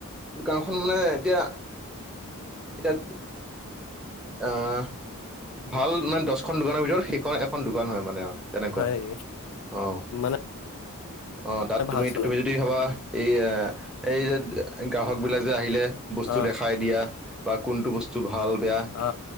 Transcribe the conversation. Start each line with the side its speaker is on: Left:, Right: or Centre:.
Centre: গাওখন মানে এতিয়া এতিয়া, আহ ভাল মানে দহখন দোকানৰ ভিতৰত সেইখন এখন দোকান হয়, মানে আৰু। তেনেকুৱা
Left: হয়,
Centre: অ
Left: মানে
Centre: অ, তাত তুমি,
Left: ভাল চলে
Centre: তুমি যদি ভাবা এই, এই যে গ্ৰাহক বিলাক আহিলে, বস্তু
Left: অ
Centre: দেখাই দিয়া বা কোনটো বস্তু ভাল বেয়া
Left: অ অ